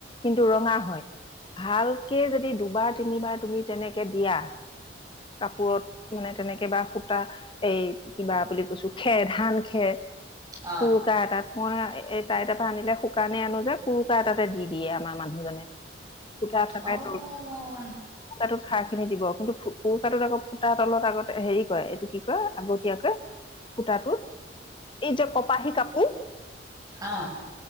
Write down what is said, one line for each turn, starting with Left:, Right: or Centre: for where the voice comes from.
Left: কিন্তু ৰঙা হয়। ভালকে যদি দুবাৰ তিনিবাৰ তুমি তেনেকে দিয়া। কাপোৰত মানে তেনেকে বা সূতা এই কিবা বুলি কৈছো খেৰ ধান খেৰ
Right: অ
Left: কুৰুকা এটাত। মই এই টাইট এটা পৰা আনিলে শুকানে আনো যে কুৰুকা এটাতে দি দিয়ে আমাৰ মানুহজনে। ফুটা থাকাই
Right: অ
Left: তো।
Right: অ
Left: ফুটাটোত খাৰ খিনি দিব কিন্তুু ফুটাটোত আকৌ ফুটা তলত আগতে হেৰি কয় এইটো কি কয় আগতীয়াকৈ ফুটাটোত এই যে কপাহী কাপোৰ
Right: অ